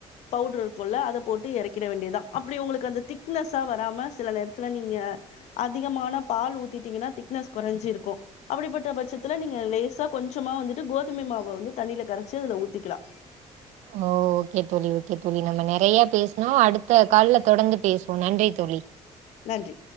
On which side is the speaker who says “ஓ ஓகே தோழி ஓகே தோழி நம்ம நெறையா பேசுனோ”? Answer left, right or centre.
Right